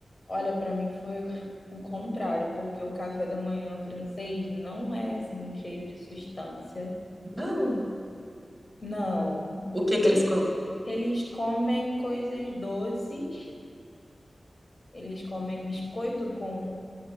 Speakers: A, on the left; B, in the centre.
A: Olha, para mim foi o contrário, porque o café da manhã francês não é assim cheio de substância.
B: Não.
A: Não.
B: O que que
A: Ele-
B: eles comem?
A: Eles comem coisas doces, eles comem biscoito com